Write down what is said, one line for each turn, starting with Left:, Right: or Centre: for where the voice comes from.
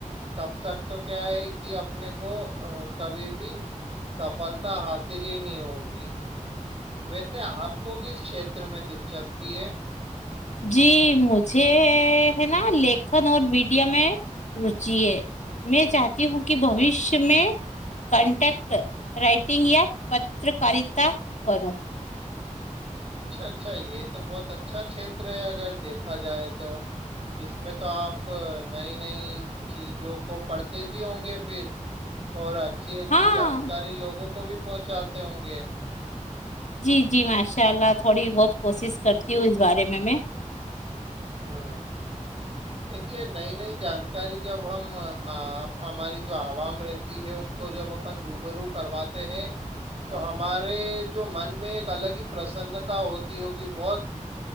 Right: تب تک تو کیا ہے کہ اپنے کو کبھی بھی سفلتا حاصل ہی نہیں ہوگی ویسے آپ کو کس چھیتر میں دلچسپی ہے <unintelligible>
Left: جی مجھے ہے نا لکھن اور میڈیا میں روچی ہے میں چاہتی ہوں کہ بوشیہ میں کنٹیکٹ رائٹنگ یا پتکارتا کروں
Right: اچھا اچھا یہ تو بہت اچھا چھیتر ہے اگر دیکھا جائے تو اس میں تو آپ نئی نئی چیزوں کو پڑھتے بھی ہوں گے پھر اور اچھی اچھی
Left: ہاں
Right: جانکاری لوگوں کو بھی پہنچاتے ہوں گے <unintelligible>
Left: جی جی ماشاء اللہ تھوڑی بہت کوشش کرتی ہوں اس بارے میں میں
Right: ہاں <inaudible> دیکھیے نئی نئی جانکاری جب ہم ہماری جو عوام رہتی ہے ان کو جب اپن روب رو کرواتے ہیں تو ہمارے جو من میں ایک الگ ہی پرسنتا ہوتی ہوگی بہت